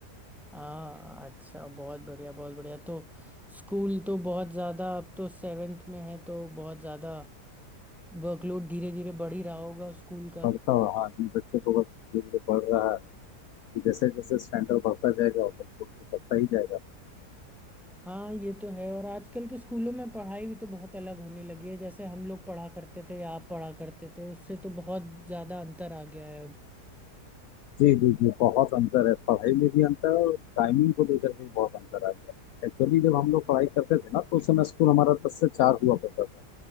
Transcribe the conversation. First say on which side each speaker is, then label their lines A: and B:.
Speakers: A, in the centre; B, on the left.
A: हाँ अच्छा बहुत बढ़िया बहुत बढ़िया तो स्कूल तो बहुत ज़्यादा अब तो सेवेंथ में है तो बहुत ज़्यादा वर्कलोड धीरे धीरे बढ़ ही रहा होगा स्कूल का
B: बढ़ता हुआ हाँ जी बच्चों को वर्कलोड धीरे धीरे बढ़ रहा है जैसे जैसे स्टैंडर्ड बढ़ता जाएगा वर्कलोड तो बढ़ता ही जाएगा
A: हाँ ये तो है और आजकल के स्कूलों में पढ़ाई भी तो बहुत अलग होने लगी है जैसे हम लोग पढ़ा करते थे या आप पढ़ा करते थे उससे तो बहुत ज़्यादा अंतर आ गया है अब
B: जी, जी, जी, बहुत अंतर है। पढ़ाई में भी अंतर है और टाइमिंग को लेकर भी बहुत अंतर आ गया है। एक्चुअली जब हम लोग पढ़ाई करते थे ना तो उस समय स्कूल हमारा दस से चार हुआ करता था